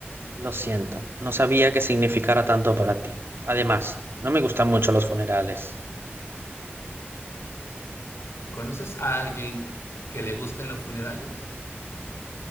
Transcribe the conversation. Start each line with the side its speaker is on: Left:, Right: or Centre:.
Right: Lo siento, no sabía que significara tanto para ti. Además, no me gustan mucho los funerales.
Left: ¿Conoces a alguien que le gusten los funerales?